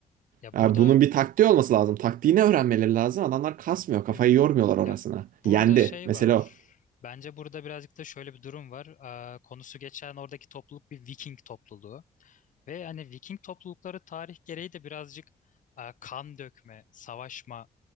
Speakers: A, on the left (about 65°); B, on the right (about 75°).
A: Ya
B: Ya
A: burada
B: bunun bir taktiği olması lazım. Taktiğini öğrenmeleri lazım. Adamlar kasmıyor. Kafayı
A: hı hı.
B: yormuyorlar orasına.
A: Ya burada
B: Yendi.
A: şey
B: Mesela
A: var.
B: o.
A: Bence burada birazcık da şöyle bir durum var. E, konusu geçen oradaki topluluk bir Viking topluluğu. Ve hani Viking toplulukları tarih gereği de birazcık e, kan dökme, savaşma,